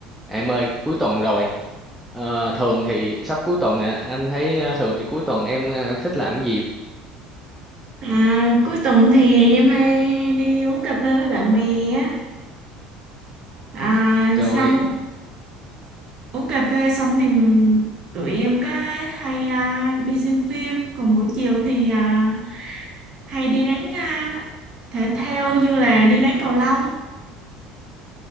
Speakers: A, in the centre; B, on the right (about 35°).
A: Em ơi, cuối tuần rồi. Ờ, thường thì sắp cuối tuần à, anh thấy ờ, thường thì cuối tuần em ờ, thích làm cái gì
B: À, cuối tuần thì em hay đi uống cà phê với bạn bè á à,
A: rồi
B: xong uống cà phê xong thì tụi em có hay à, đi xem phim còn buổi chiều thì à, hay đi đánh à, thể thao như là đi đánh cầu lông